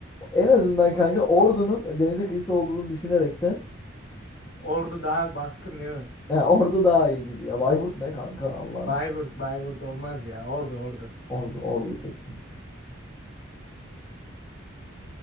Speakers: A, on the left; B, on the left.
A: En azından kanka Ordu'nun denize kıyısı olduğunu düşünerekten
B: Ordu daha baskın değil mi?
A: ya Ordu daha iyi gibi ya. Bayburt ne kanka? Allah'ını
B: Bayburt.
A: se-
B: Bayburt olmaz ya. Ordu ordu.
A: Ordu, Ordu'yu seçtim.